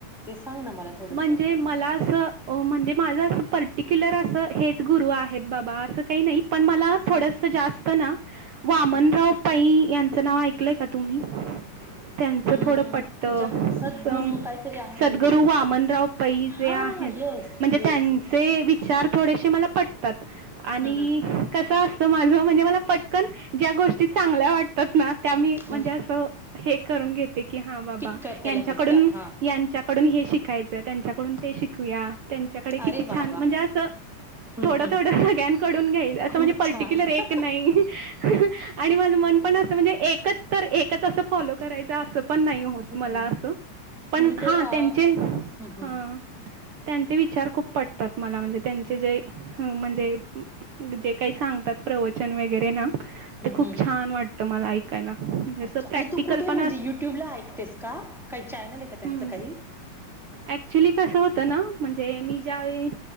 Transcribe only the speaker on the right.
म्हणजे मला असं म्हणजे माझं असं पर्टिक्युलर असं हेच गुरु आहेत बाबा असं काही नाही पण मला थोडस
जास्त ना वामनराव
पै यांचं नाव ऐकलंय का तुम्ही? त्यांच थोडं
पटतं.
सद्गुरू
वाम- -नराव पै जे
आहेत
म्हणजे
त्यांच
ते विचार थोडेसे मला पटतात आणि
कसं असतं माझं म्हणजे मला पटकन ज्या गोष्टी चांगल्या वाटतात ना त्या मी म्हणजे
असं हे करून घेते की हा बाबा
यांच्याकडून
यांच्या कडून हे शिकायचं त्यांच्याकडून ते शिकूया त्यांच्याकडे किती
छान
म्हणजे असं
थोडं
थोडं सगळ्यांकडून घ्यायच असं
म्हणजे पर्टिक्युलर
एक नाही आणि माझ मन पण अस म्हणजे एकच तर एकच अस फॉलो करायच असं पण नाही. होत मला
अस पण
हा
त्यांचे
हा त्यांचे विचार खूप पटतात मला म्हणजे त्यांचे जे म्हणजे जे काही सांगतात प्रवचन वगैरे ना
ते खूप
छान वाटतं मला ऐ- -काला म्हणजे
असं प्रॅक्टिकल
पण
अस
हम्
ॲक्च्युली कसं होतं ना म्हणजे मी ज्यावेळी